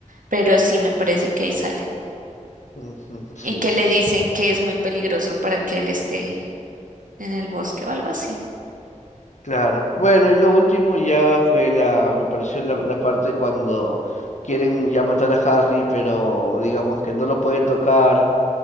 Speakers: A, on the right; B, on the left.
A: pero sí me parece que ahí sale.
B: Ujú, sí,
A: Y que
B: sí,
A: le dicen que es muy peligroso para que él esté en el bosque o algo así.
B: claro. Bueno, y lo último ya fue la, me pareció la, la parte cuando quieren ya matar a Harry, pero digamos que no lo puede tocar